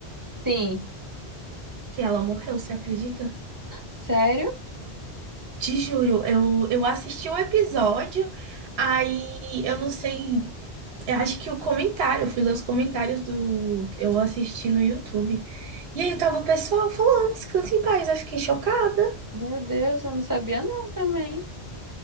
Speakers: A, on the right (about 20°); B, on the right (about 70°).
A: Sim.
B: Que ela morreu, você acredita?
A: Sério?
B: Te juro, eu, eu assisti o episódio, aí eu não sei, eu acho que o comentário, eu fui ler os comentários do que eu assisti no YouTube. E aí tava o pessoal falando, descansa em paz, eu fiquei chocada.
A: Meu Deus, eu não sabia não também.